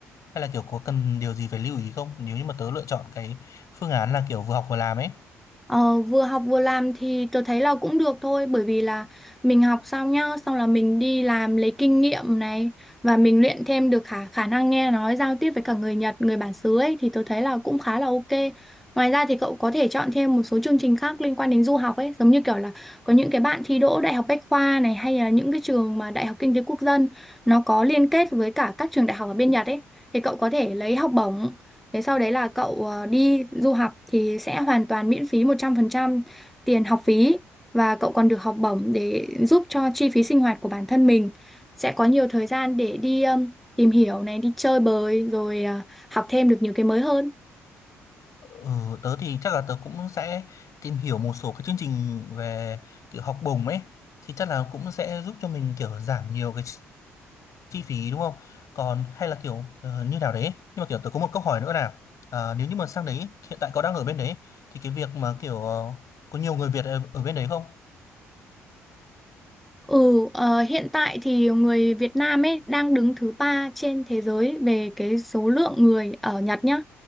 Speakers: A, on the left; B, in the centre.
A: Hay là kiểu có cần điều gì phải lưu ý không? Nếu như mà tớ lựa chọn cái phương án là kiểu vừa học vừa làm ấy.
B: Ờ, vừa học vừa làm thì tôi thấy là cũng được thôi bởi vì là mình học xong nhá xong là mình đi làm lấy kinh nghiệm này và mình luyện thêm được khả khả năng nghe nói giao tiếp với cả người Nhật người bản xứ ấy thì tôi thấy là cũng khá là ok ngoài ra thì cậu có thể chọn thêm một số chương trình khác liên quan đến du học ấy giống như kiểu là có những cái bạn thi đỗ Đại học Bách khoa này hay là những cái trường mà Đại học Kinh tế Quốc dân nó có liên kết với cả các trường đại học ở bên Nhật ấy thì cậu có thể lấy học bổng Thế sau đấy là cậu ờ, đi du học thì sẽ hoàn toàn miễn phí 100% tiền học phí và cậu còn được học bổng để giúp cho chi phí sinh hoạt của bản thân mình. Sẽ có nhiều thời gian để đi ừm, tìm hiểu này, đi chơi bời rồi ờ, học thêm được nhiều cái mới hơn.
A: Ừ, tớ thì chắc là tớ cũng sẽ tìm hiểu một số cái chương trình về kiểu học bổng ấy thì chắc là cũng sẽ giúp cho mình kiểu giảm nhiều cái chi phí đúng không còn hay là kiểu ờ, như nào đấy nhưng mà kiểu tôi có một câu hỏi nữa là à, nếu như mà sang đấy hiện tại có đang ở bên đấy thì cái việc mà kiểu ờ, có nhiều người Việt ở, ở bên đấy không
B: Ừ, ờ, hiện tại thì người Việt Nam ấy đang đứng thứ ba trên thế giới về cái số lượng người ở Nhật nhá.